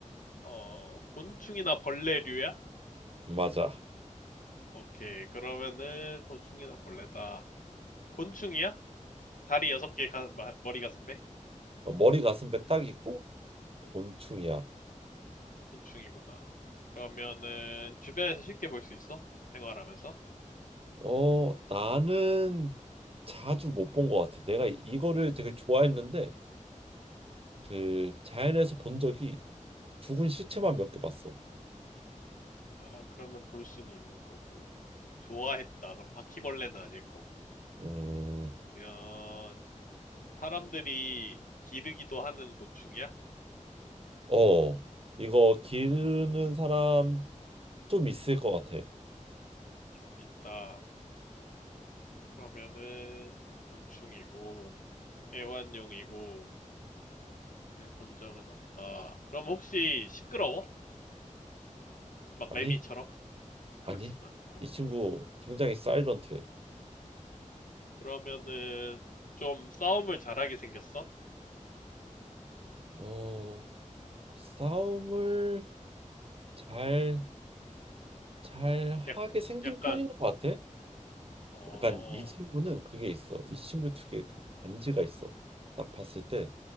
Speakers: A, on the left (about 85°); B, on the right (about 45°).
A: 어, 곤충이나 벌레류야?
B: 맞아.
A: 오케이. 그러면은, 곤충이나 벌레다. 곤충이야? 다리 여섯 개, 가, 마- 머리 가슴 배?
B: 어, 머리 가슴배 딱 있고 곤충이야.
A: 곤충이구나. 그러면은, 주변에서 쉽게 볼 수 있어? 생활하면서?
B: 어, 나는 자주 못 본 것 같아. 내가 이거를 되게 좋아했는데 그 자연에서 본 적이 죽은 시체만 몇 개 봤어.
A: 아, 그러면 볼 수는 있는 거고. 좋아했다. 그럼 바퀴벌레는 아닐 거고.
B: 음,
A: 그러면, 사람들이 기르기도 하는 곤충이야?
B: 어, 이거 기르는 사람 좀 있을 것 같아.
A: 좀 있다. 그러면은 곤충이고 애완용이고 잘 본 적은 없다. 그럼 혹시 시끄러워? 막
B: 아니,
A: 매미처럼? 그렇진
B: 아니,
A: 않고.
B: 이 친구 굉장히 사일런트해.
A: 그러면은 좀 싸움을 잘하게 생겼어?
B: 어, 싸움을 잘, 잘
A: 약,
B: 하게 생긴
A: 약간
B: 편인 것 같아.
A: 어
B: 약간 이 친구는 그게 있어. 이 친구 특유의 그 간지가 있어. 딱 봤을 때,